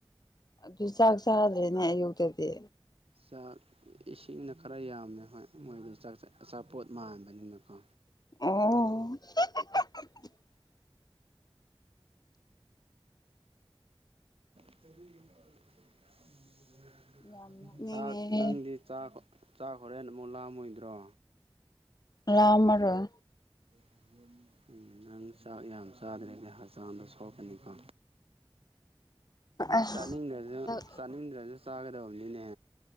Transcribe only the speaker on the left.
ꯑꯗꯨ ꯆꯥꯛ ꯆꯥꯗ꯭ꯔꯦꯅꯦ ꯑꯌꯨꯛꯇꯥꯗꯤ
ꯑꯣ
ꯌꯥꯝ ꯅꯣꯛꯅꯤꯡꯉꯦꯍꯦ
ꯂꯥꯝꯃꯔꯣꯏ
ꯑꯁ
ꯍꯟꯗꯛ